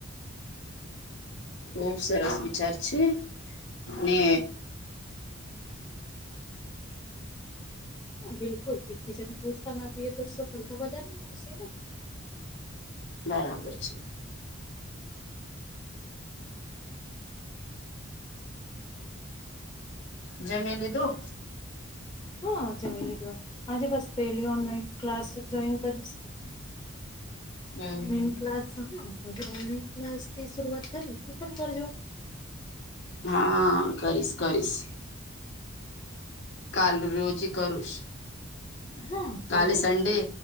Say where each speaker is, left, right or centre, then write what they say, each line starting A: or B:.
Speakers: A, on the left; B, on the left.
A: ખુબ સરસ વિચાર છે ને
B: હા હ બિલકુલ એકબીજાને પોહતાન આપીએ તો સફલ તો બધા નેશે
A: બરાબર છે.
B: જ
A: જમી લીધું.
B: હા જમી લીઘો આજે બસ પેલી ઓનલાઈન ક્લાસ જોઈન કરીશ.
A: હમ.
B: ઓનલાન
A: હમ
B: ક્લાસ હા ઓનલાઈન ક્લાસ થી શરૂઆત કરી ત પણ કરજો.
A: હા કરીશ કરીશ. કાલ રોજી કરુસ
B: હા કરજો
A: કાલે સન્ડે
B: કે.